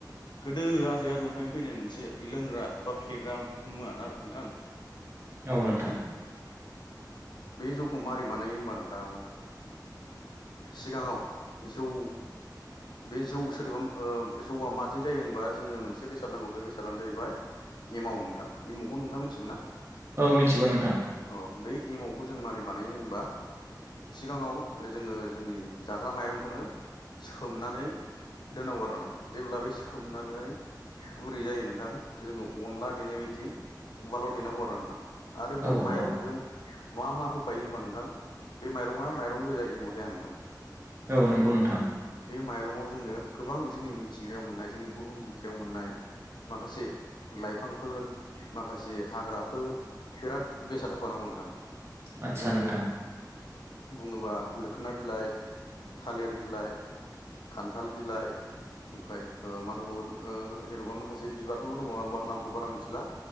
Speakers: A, on the left; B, on the right.
A: गोदो आजै आजौनिफ्रायनो फैनाय मोनसे लोंग्रा बा फेग्रा मुवा ना नोंथां?
B: औ
A: उम
B: नोंथां।
A: बे जौखौ मारै बानायो होमबा नोंथां? सिगाङाव जौ बे जौ सोदोबा ओ जौआ माजों जायो होनबा जोंनो मोनसे बेसाद नांगौ बे बेसादानो जाहैबाय एमाव नोंथां एमावखौ नोंथाङा मिथिगौ ना?
B: औ मिथिगौ नोंथां।
A: औ बे एमावखौ जों मारै बानायो होनबा सिगाङाव जोङो जोंनि जाग्रा माइरंखौनो सो सोमनानै दोननांगौ आरो नोंथां जेब्ला बे सोमनानै गुरै जायो नोंथां जोङो अनला देनायबायदि उवालाव देनांगौ आरो नोंथां। आरो बे
B: औ
A: माइरंजों
B: औ
A: मा मा होफायो होनबा नोंथां बे माइरङा माइरं गोजा एमाव जाया नोंथां।
B: औ नंगौ नोंथां।
A: बे माइरंआव जोंनो गोबां जोंनि मिथिंगायाव मोननाय जोंनि बुहुम बिखायाव मोननाय माखासे लाइफांफोर माखासे हाग्राफोर बिराद बेसाद होफानांगौ नोंथां।
B: आदसा
A: जोंनो
B: नोंथां
A: बुङोबा लोखोना बिलाइ, थालिर बिलाइ खान्थाल बिलाइ ओमफ्राय मा ओ दंबावो ओ जेनबा माखासे बिबारफोरबो दङ आंबा नामखौ बारा मोनथि ला